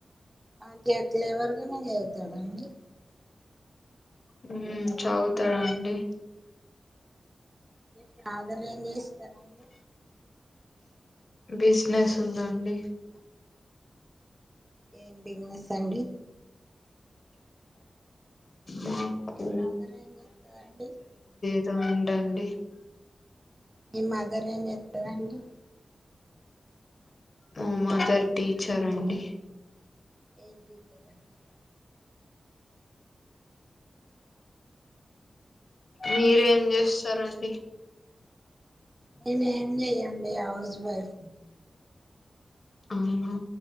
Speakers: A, on the right; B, on the left.
A: పంజేతలేడ్ వర్గెమైనా జేతన్నాడా అండి
B: హ్మ్ చదువ్తాదండి
A: మీ ఫ్రాదర్ ఏం చేస్తాడండి
B: బిజినెస్ ఉందాండి
A: ఏం బిజినెస్ అండి
B: మాకు
A: ఏ బ్రదరు ఏం చెస్తదండి
B: <unintelligible> అండి
A: మీ మదర్ ఏం జేతాతండి
B: మా మదర్ టీచర్ అండి
A: ఏం టీచర్ అండి
B: మీరేం చేస్తారండి
A: నేనేం జేయండి హౌ జ్ వైఫ్
B: అవునా